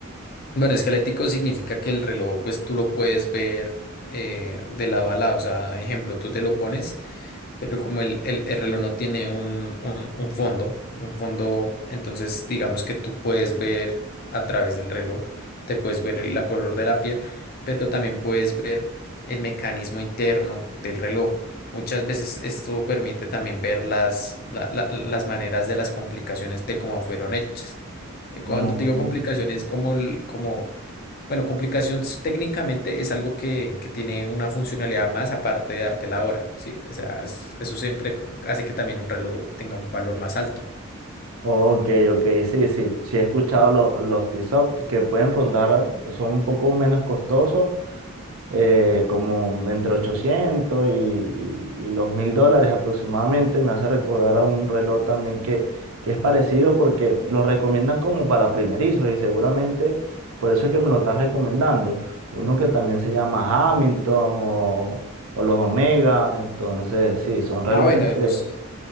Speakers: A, on the left; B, on the right.
A: Bueno, esquelético significa que el reloj, pues tú lo puedes ver eh, de lado a lado. O sea, ejemplo, tú te lo pones, pero como el, el- el reloj no tiene un, un- un fondo, un fondo, entonces digamos que tú puedes ver a través del reloj, te puedes ver el- la color de la piel, pero también puedes ver el mecanismo interno del reloj. Muchas veces esto permite también ver las, la- la- las maneras de las complicaciones de cómo fueron hechas. Cuando
B: Mm.
A: te digo complicaciones, como, el- como bueno, complicación s- técnicamente es algo que, que tiene una funcionalidad más aparte de darte la hora, ¿sí? O sea, es- eso siempre co- hace que también un reloj tenga un valor más alto.
B: Ok, ok, sí, sí, sí he escuchado lo- los T-Sop que pueden rondar, son un poco menos costosos, eh, como entre 800 y, y los 1000 dólares aproximadamente. Me hace recordar a un reloj también que, que es parecido porque los recomiendan como para primerizos y seguramente por eso es que me lo estás recomendando. Uno que también se llama Hamilton o, o los Omega, entonces sí, son relojes
A: Ah, bueno,
B: que...
A: los,